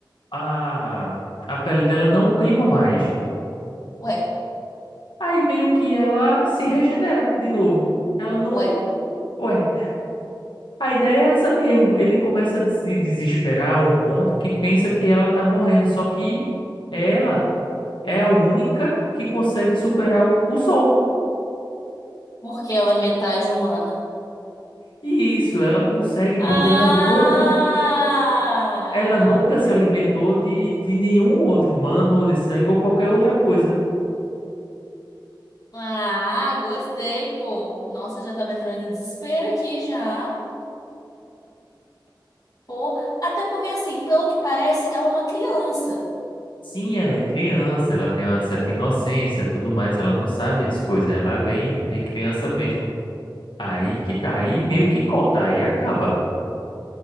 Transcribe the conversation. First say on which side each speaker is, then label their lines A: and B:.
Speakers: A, on the left; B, on the left.
A: a, a pele dela não queima mais.
B: Ué,
A: Aí meio que ela se regenera de novo. Ela não.
B: ué,
A: co- Ué, a ideia é essa mesmo. Ele começa a se desesperar a um ponto que pensa que ela tá morrendo, só que ela é a única que consegue superar o, o sol.
B: porque ela é metade humana.
A: E isso ela consegue
B: Ah!
A: porque ela nunca Ela nunca se alimentou de, de nenhum outro humano ou de sangue ou qualquer outra coisa.
B: Ah, gostei, pô. Nossa, já tava entrando em desespero aqui já. Pô, até porque assim, pelo que parece, ela é uma criança.
A: Sim, ela é criança, ela tem uma certa inocência, tudo mais, ela não sabe as coisas, ela é bem, bem criança mesmo. Aí que tá, aí meio que corta, aí acaba.